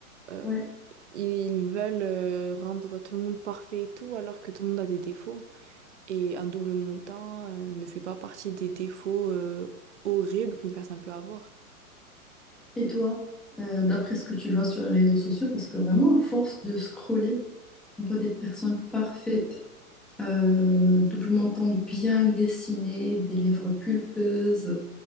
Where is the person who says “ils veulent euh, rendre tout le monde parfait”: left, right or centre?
Right